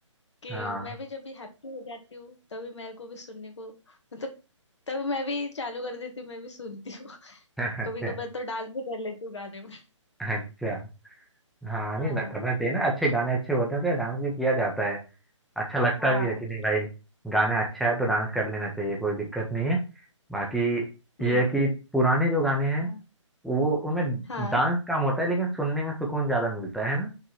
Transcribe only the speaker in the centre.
हाँ
<laughs> अच्छा
अच्छा हाँ
नहीं ना- करना चाहिए ना अच्छे गाने अच्छे होते हैं तो डांस भी किया जाता है अच्छा लगता
भी है कि नहीं भाई गाना अच्छा है तो डांस कर लेना चाहिए कोई दिक्कत नहीं है बाकी
ये है कि पुराने जो गाने हैं
वो उनमें
डांस कम होता है लेकिन सुनने में सुकून ज्यादा मिलता है ना